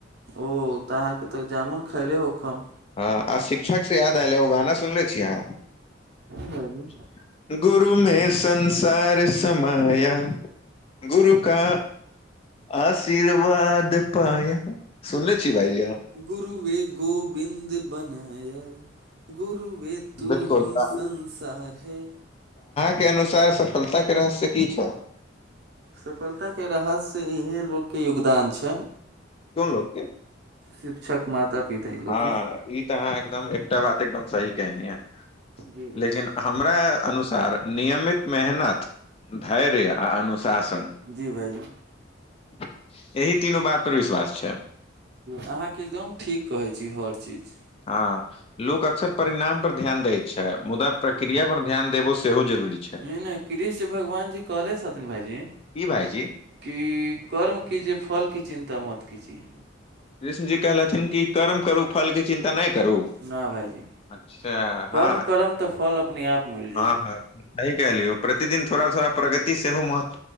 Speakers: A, on the right; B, on the left.
A: ओ तऽ अहाँके तऽ जामुन खएले होकम
B: हँ आ शिक्षक सँ याद आयल, एगो गाना सुनले छी अहाँ
A: भाइजी
B: गुरुमे संसार समायल गुरु का आशीर्वाद पाय सुनने छी भाइजी
A: गुरुवे गोविन्द बनाय गुरु वे तू
B: बिल्कुल
A: ही
B: तऽ
A: संसार है
B: के अनुसार सफलता के रहस्य की छ
A: सफलताके रहस्य इएह लोकके योगदान छै
B: कोन लोक के
A: शिक्षक माता पिता ई लोक
B: हँ ई तऽ अहाँ एकदम एकटा बात सही कहलहुँ
A: जी भाइजी
B: मुदा हमरा अनुसार नियमित मेहनत धैर्य आर अनुशासन
A: जी भाइजी
B: <inaudible> तीनू बात पर विश्वास छै
A: अहाँके एकदम ठीक कहैत छी हर चीज
B: हँ लोक अक्सर परिणाम पर ध्यान दै छै मुदा प्रक्रिया पर ध्यान देब सेहो जरूरी छै
A: एने कृष्ण भगवान जी कहले छथिन भायजी
B: की भाईजी
A: कि कर्मके जे फलके चिन्ता मत करू छी
B: कृष्ण जी कहलथिन कि कर्म करू फलके चिन्ता नहि करू
A: न भायजी
B: अच्छा
A: कर्म
B: हँ
A: कर्म तऽ फल अपने आप मिलि जाय
B: हँ हँ सही कहलियौ प्रतिदिन थोडा थोडा प्रगति सेहो महत्व